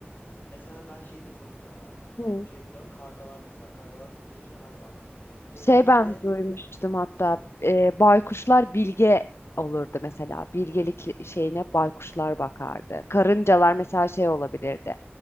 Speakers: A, on the left; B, on the left.
A: mesela ben şeyi de çok e,
B: Hı.
A: şey buluyorum. Kargalar mesela. Kargalar çok zeki hayvanlar. Kesinlikle
B: Şey ben duymuştum hatta
A: Heh,
B: e, baykuşlar bilge olurdu mesela. Bilgelik şeyine baykuşlar bakardı. Karıncalar mesela şey olabilirdi.